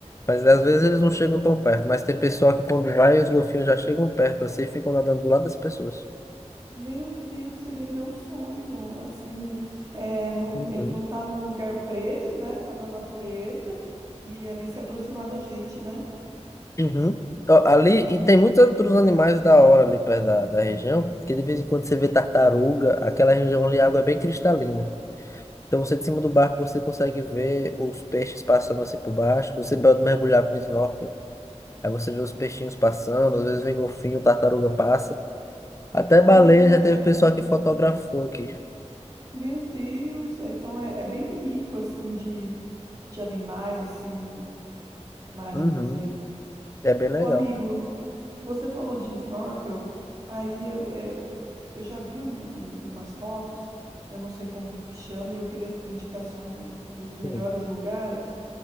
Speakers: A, on the left; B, on the right.
A: Mas às vezes eles não chegam tão perto. Mas tem pessoal que quando vai, os golfinhos já chegam perto assim e ficam nadando do lado das pessoas.
B: Meu Deus, seria meu sonho. Assim, é, não,
A: Uhum.
B: ele não tá num lugar preso, né? Tá na natureza e ali se aproximar da gente, né?
A: Uhum. Ó, Ali, e tem muitos outros animais da hora ali perto da, da região, que de vez em quando você vê tartaruga, aquela região ali a água é bem cristalina. Então você de cima do barco você consegue ver os peixes passando assim por baixo, você pode mergulhar com snorkel, aí você vê os peixinhos passando, às vezes vem golfinho, tartaruga passa. Até
B: Ai,
A: baleia
B: que legal.
A: já teve pessoal que fotografou aqui.
B: Meu Deus, então é, é bem rico assim de, de animais assim marinhos
A: Uhum.
B: aí.
A: É bem legal.
B: Ô amigo, você falou de snorkel, aí eu, é, eu já vi um- um- umas fotos, eu não sei como que chama, e eu queria indicação dos melhores
A: Hum.
B: lugares